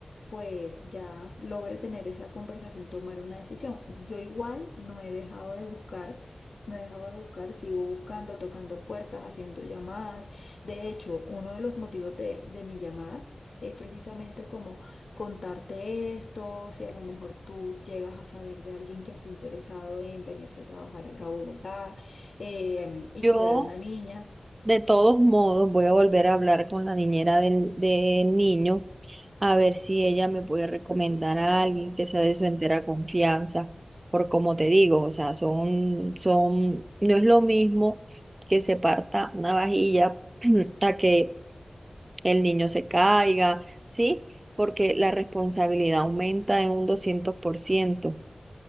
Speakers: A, on the left; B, on the right.
A: pues ya logre tener esa conversación, tomar una decisión. Yo igual no he dejado de buscar, no he dejado de buscar, sigo buscando, tocando puertas, haciendo llamadas, de hecho, uno de los motivos de, de mi llamada es precisamente como contarte esto, si a lo mejor tú llegas a saber de alguien que esté interesado en venirse a trabajar acá a Bogotá eh, y
B: Yo
A: cuidar una niña.
B: De todos modos, voy a volver a hablar con la niñera del, del niño a ver si ella me puede recomendar a alguien que sea de su entera confianza, por como te digo, o sea, son, son, no es lo mismo que se parta una vajilla <clears throat> a que el niño se caiga, ¿sí? Porque la responsabilidad aumenta en un 200%.